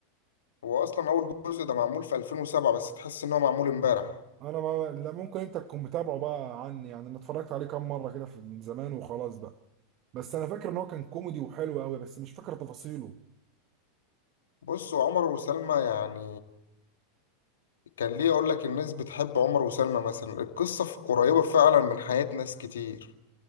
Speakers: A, on the left; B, on the right.
A: هو اصلا اول جزء ده معمول في 2007 بس تحس ان هو معمول امبارح
B: انا ما لا ممكن انت تكون متابعه بقى عني يعني انا اتفرجت عليه كام مره كده في- من زمان وخلاص بقى بس انا فاكر ان هو كان كوميدي وحلو قوي بس مش فاكر تفاصيله
A: بص هو عمر وسلمى يعني كان ليه اقول لك الناس بتحب عمر وسلمى مثلا القصه ف- قريبه فعلا من حياة ناس كتير